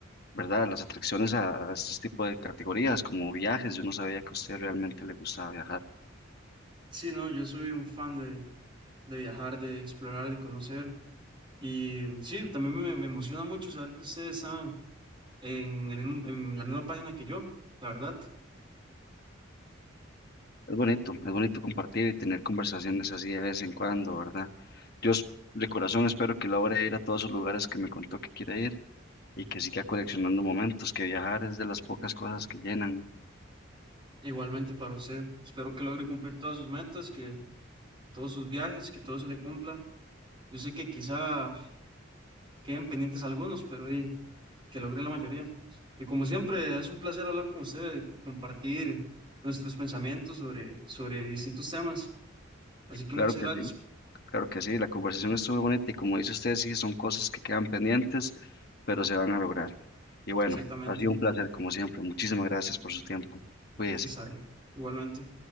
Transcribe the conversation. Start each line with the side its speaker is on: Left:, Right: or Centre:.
Left: ¿verdad? Las atracciones a, a estos tipos de categorías, como viajes. Yo no sabía que a usted realmente le gustaba viajar.
Right: sí, no, yo soy un fan de, de viajar, de explorar, de conocer. Y sí, también me, me emociona mucho saber que ustedes estaban en el mismo- en la misma página que yo, la verdad.
Left: Es bonito, es bonito compartir y tener conversaciones así de vez en cuando, ¿verdad? Yo s- de corazón espero que logre ir a todos esos lugares que me contó que quiere ir y que siga coleccionando momentos, que viajar es de las pocas cosas que llenan.
Right: Igualmente para usted. Espero que logre cumplir todas sus metas, que todos sus viajes, que todo se le cumpla. Yo sé que quizá queden pendientes algunos, pero y, que logre la mayoría. Y como siempre, es un placer hablar con usted, compartir nuestros pensamientos sobre, sobre distintos temas. Así que
Left: Claro
Right: muchas
Left: que
Right: gracias.
Left: sí, claro que sí, la conversación estuvo bonita y como dice usted, sí, son cosas que quedan pendientes, pero se van a lograr. Y bueno,
Right: Exactamente.
Left: ha sido un placer como siempre. Muchísimas gracias por su tiempo. Cuídese.
Right: Está bien. Igualmente.